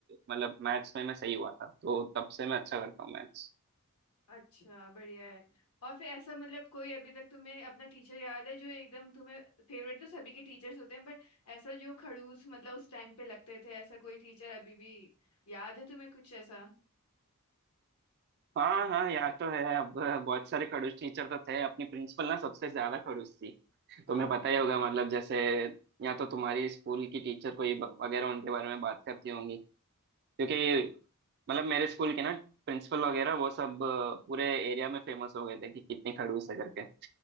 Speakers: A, on the right (about 50°); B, on the left (about 80°).
A: मतलब मैथ्स में मैं सही हुआ था तो तब से मैं अच्छा करता हूँ मैथ्स
B: अच्छा बढ़िया है और फिर ऐसा मतलब कोई अभी तक तुम्हें अपना टीचर याद है जो एकदम तुम्हें फेवरेट तो सभी के टीचर्स होते हैं बट ऐसा जो खड़ूस मतलब उस टाइम पे लगते थे ऐसा कोई टीचर अभी भी याद है तुम्हें कुछ ऐसा
A: हाँ हाँ याद तो है अब बहुत सारे खड़ूस टीचर तो थे अपनी प्रिंसिपल ना सबसे ज्यादा खड़ूस थी तुम्हें
B: हाँ
A: पता ही होगा मतलब जैसे या तो तुम्हारी स्कूल की टीचर कोई ब- वगैरह उनके बारे में बात करती होंगी क्योंकि मतलब मेरे स्कूल के ना प्रिंसिपल वगैरह वो सब अ, पूरे एरिया में फेमस हो गए थे कि कितनी खड़ूस है करके